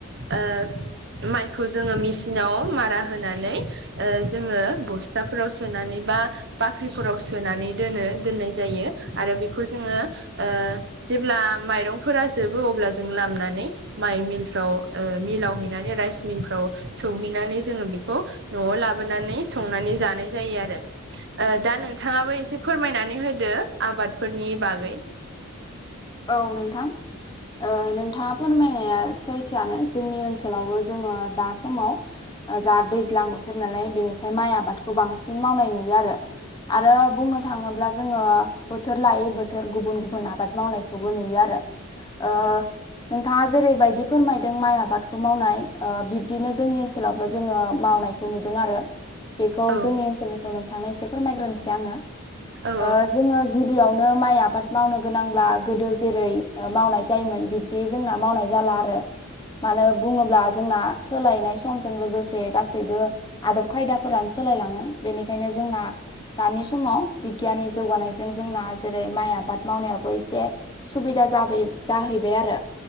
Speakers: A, on the right; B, on the left.
A: ओ माइखौ जोङो मेसिनाव मारा होनानै जोङो बस जाफोराव सोनानै बा बाख ख्रिफोराव सोनानै दोनो दोननाय जायो आरो बेखौ जोङो ओ जेब्ला माइरंफोरा जोबो अब्ला जों लामनानै माइ मिलफ्राव ओ मिलाव हैनानै राइस मिलफ्राव सौहैनानै जोङो बेखौ न'आव लाबोनानै संनानै जानाय जायो आरो। ओ दा नोंथाङाबो एसे फोरमायनानै होदो आबादफोरनि बागै।
B: औ नोंथां। ओ नोंथाङा फोरमायनाया सैथोआनो जोंनि ओनसोलावबो जोङो दा समाव जा दैज्लां बोथोर नालाय बेनिखाय माइ आबादखौ बांसिन मावनाय नुयो आरो। आरो बुंनो थाङोब्ला जोङो बोथोर लायै बोथोर गुबुन-गुबुन आबाद मावनाय खौबो नुयो आरो ओ नोंथाङा जेरैबायदि फोरमायदों माइ आबादखौ मावनाय ओ बिब्दिनो जोंनि ओनसोलावबो जोङो मावनाय खौ नुदों आरो। बेखौ
A: औ
B: जोंनि ओनसोलनिखौ नोंथांनो एसे फोरमायग्रोनोसै आङो।
A: औ
B: ओ जोङो गिबियावनो माइ आबाद मावनो गोनांब्ला गोदो जेरै ओ मावनाय जायोमोन बिब्दि जोंना मावनाय जाला आरो। मानो बुङोब्ला जोंना सोलायनाय समजों लोगोसे गासैबो आदब खायदाफोरानो सोलायलाङो। बेनिखायनो जोंना दानि समाव बिगियाननि जौगानायजों जोंना जेरै माइ आबाद मावनायावबो एसे सुबिदा जाबै जाहैबाय आरो